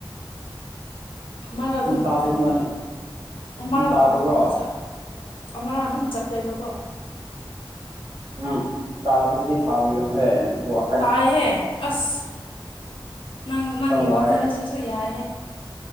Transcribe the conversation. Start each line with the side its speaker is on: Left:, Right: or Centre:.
Left: ꯃꯥꯅ ꯑꯗꯨꯝ
Right: ꯅꯪ ꯇꯥꯗꯕ
Left: ꯀꯩꯅꯣ
Right: ꯃꯥꯜꯂꯦ
Left: ꯃꯥꯅ
Right: ꯅꯪ ꯇꯥꯗꯕ꯭ꯔꯣ
Left: ꯇꯥꯗꯕ ꯉꯁꯥꯏ ꯑꯃꯔꯥ ꯑꯗꯨꯝ ꯆꯠꯄꯦꯕꯀꯣ
Right: ꯅꯪ ꯇꯥꯗꯕꯗꯤ ꯁꯥꯕꯤꯒꯅꯣ ꯍꯦ ꯋꯥ
Left: ꯇꯥꯏꯍꯦ ꯑꯁ ꯅꯪ ꯅꯪꯒꯤ
Right: ꯋꯥꯈꯜ ꯋꯥꯏꯌꯦ
Left: ꯋꯥꯈꯟꯁꯤ ꯁꯨ ꯌꯥꯏꯍꯦ